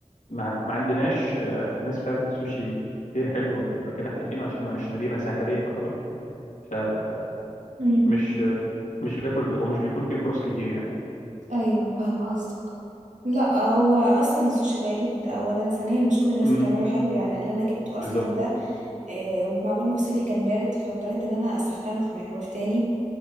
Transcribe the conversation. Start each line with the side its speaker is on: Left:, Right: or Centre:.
Left: ما, ما عندناش آه، ناس بتعمل سوشي كتير حلو من المكان اللي احنا فيه عشان احنا مش مدينة ساحلية يعتبر فمش
Right: امم
Left: آه، مش بياكل ومش بيكون فيه فرص كتير يعني
Right: ايوه فاهمة قصدك لا هو اصلا السوشي غالي ده اولا ثانيا مش كل الناس
Left: امم
Right: بتعمله حلو يعني اللي انا جبته
Left: بالظبط
Right: اصلا ده آه، ومع بال ما وصل لي كان بارد فاضطريت ان انا اسخنه في ميكرويف تاني